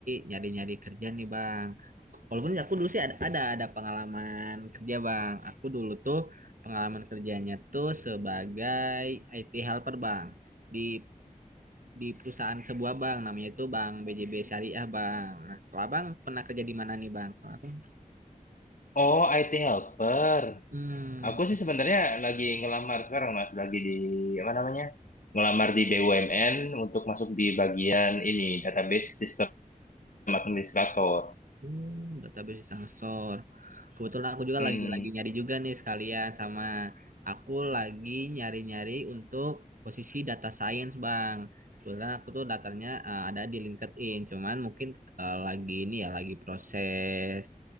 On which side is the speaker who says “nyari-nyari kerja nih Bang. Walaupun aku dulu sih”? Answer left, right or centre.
Right